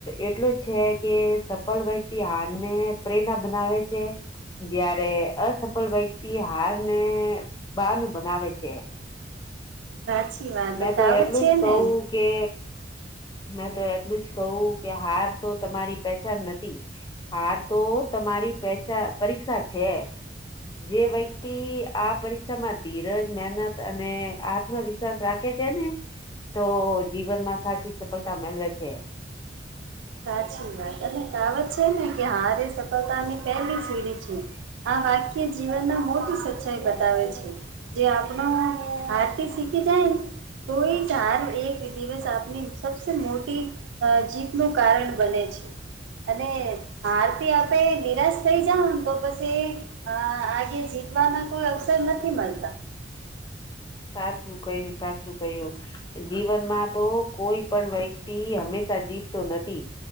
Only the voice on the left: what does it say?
એટલો છે કે સફલ વ્યક્તિ હારને પ્રેરણા બનાવે છે. જયારે અસફળ વ્યક્તિ હાર ને બાર નું બનાવે છે.
મેં તો
એટલું
જ કહું
કે મેં તો એટલું જ કહું કે હાર તો તમારી પચાન નથી હાર તો તમારી પેચા પરીક્ષા છે જે વ્યક્તિ આ પરીક્ષામાં ધીરજ મહેનત અને આ આત્મવિશ્વાસ રાખે છે ને તો જીવનમાં સાચી સફળતા મેળવે છે
સાચું કયું સાચું કયું જીવનમાં તો કોઈ પણ વ્યક્તિ હંમેશા જીતતો નથી